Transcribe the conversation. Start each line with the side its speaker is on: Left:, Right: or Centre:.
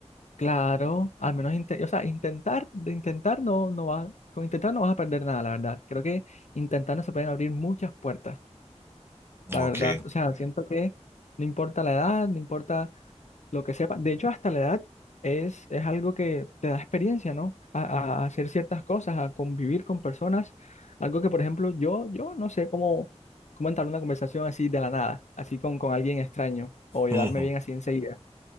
Left: claro, al menos, inte- o sea, intentar, de intentar no, no va, con intentar no vas a perder nada, la verdad. Creo que intentando se pueden abrir muchas puertas, la
Right: Ok.
Left: verdad.
Right: <laughs>
Left: O sea, siento que no importa la edad, no importa lo que sepa. De hecho, hasta la edad es, es algo que te da experiencia, ¿no? A, a- a hacer ciertas cosas, a convivir con personas. Algo que, por ejemplo, yo, yo no sé cómo, cómo entablar una conversación así de la nada, así con, con alguien extraño o llevarme
Right: Ujú.
Left: bien así enseguida.